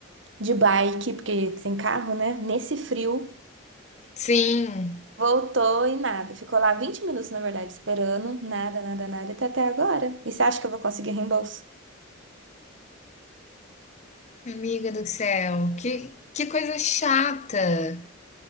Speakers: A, on the right; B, on the left.
A: de bike, porque sem carro, né? Nesse frio,
B: sim,
A: voltou e nada. Ficou lá 20 minutos, na verdade, esperando, nada, nada, nada, e tá até agora. E você acha que eu vou conseguir reembolso?
B: amiga do céu, que, que coisa chata.